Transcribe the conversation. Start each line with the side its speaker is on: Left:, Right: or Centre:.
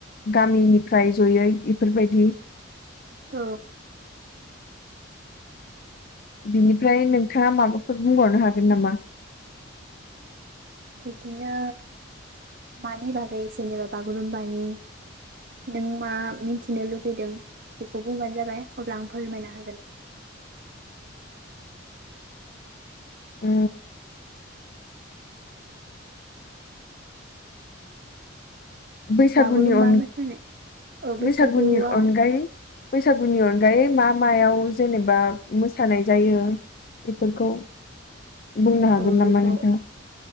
Left: गामिनिफ्राय जयै बेफोरबायदि
Right: औ
Left: बिनिफ्राय नोंथाङा माबाफोर बुंबावनो हागोन नामा
Right: बिदिनो मानि बागै जेनेबा बागुरुम्बानि नों मा मिन्थिनो लुबैदों बेखौ बुंबानो जाबाय अब्ला आं फोरमायना होगोन
Left: औ बैसागुनि
Right: बागुरुम्बा
Left: अन
Right: मोसानाय अ बैसागुआव
Left: बैसागुनि अनगायै बैसागुनि अनगायै मा मायाव जेनेबा मोसानाय जायो बेफोरखौ बुंनो हागोन
Right: औ बेखौ
Left: नामा नोंथाङा